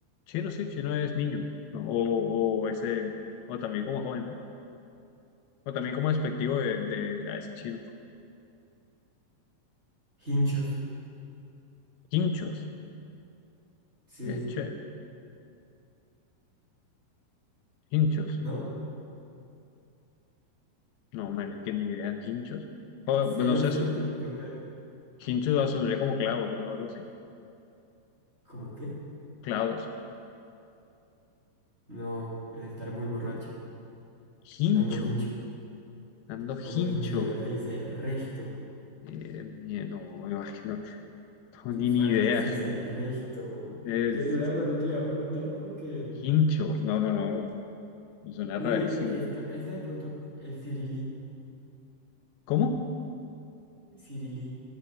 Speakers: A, on the left (about 85°); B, on the right (about 20°).
A: Chino, sí, chino es niño. ¿no? O, o ese, o también como joven, ¿no? O también como despectivo de, de- a ese chino.
B: Hinchos.
A: Hinchos.
B: Sí.
A: Eh, che, hinchos.
B: ¿No?
A: No, madre, que ni idea, hinchos. O,
B: Cero,
A: pues, no sé,
B: cero.
A: su-
B: Yo, yo, pe-
A: hinchos sonaría como clavos, ¿no? Algo así.
B: ¿cómo qué?
A: Clavos.
B: No, es estar muy borracho.
A: Hincho.
B: Ando hincho.
A: Ando hincho.
B: Ando hincho. Y acá se dice resto.
A: Eh, ni- no, no, es que no, no, ni,
B: Uf,
A: ni
B: acá
A: idea.
B: esa se dice resto.
A: Es,
B: Yo, yo
A: es-
B: la verdad no te le iba a preguntar porque.
A: hincho. No, no, no. Suena
B: Uy,
A: rarísimo.
B: e- esta, esta de pronto. El cirilí.
A: ¿Cómo?
B: Cirilí.